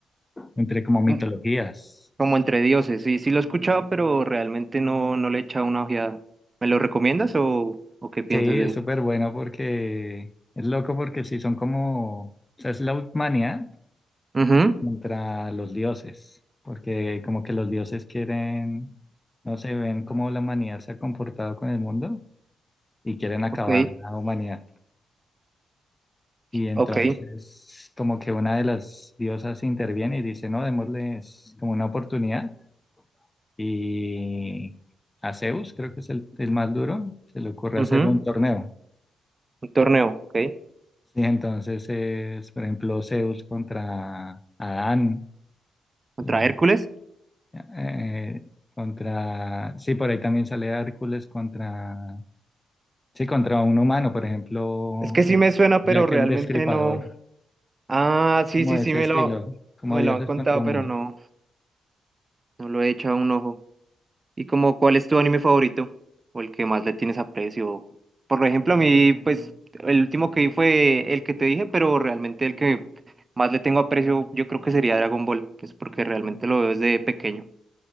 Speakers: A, on the left; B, on the right.
A: entre como mitologías.
B: como, como entre dioses. Sí, sí lo he escuchado, pero realmente no, no le he echado una ojeada. ¿Me lo recomiendas o, o qué piensas
A: Sí,
B: de
A: es
B: eso?
A: súper bueno porque, es loco porque sí, son como, o sea, es la humanidad
B: Ujú,
A: contra los dioses, porque como que los dioses quieren, no sé, ven cómo la humanidad se ha comportado con el mundo y quieren acabar
B: ok,
A: la humanidad. Y entonces
B: ok,
A: como que una de las diosas interviene y dice, no, démosles como una oportunidad. Y a Zeus, creo que es el, el más duro, se le ocurre
B: ujú,
A: hacer un torneo.
B: Un torneo, ok.
A: Sí, entonces es, por ejemplo, Zeus contra Adán,
B: ¿Contra
A: eh,
B: Hércules?
A: eh, contra, sí, por ahí también sale Hércules contra, sí, contra un humano, por ejemplo,
B: Es que sí me suena,
A: Jack
B: pero realmente
A: el Destripador.
B: no. Ah, sí,
A: como
B: sí,
A: de
B: sí,
A: ese
B: me
A: estilo,
B: lo,
A: como
B: me
A: dioses
B: lo han contado,
A: contra humanos.
B: pero no, no lo he echado un ojo. Y como, ¿cuál es tu anime favorito? O el que más le tienes aprecio. Por ejemplo, a mí, pues, el último que vi fue el que te dije, pero realmente el que más le tengo aprecio, yo creo que sería Dragon Ball, pues porque realmente lo veo desde pequeño.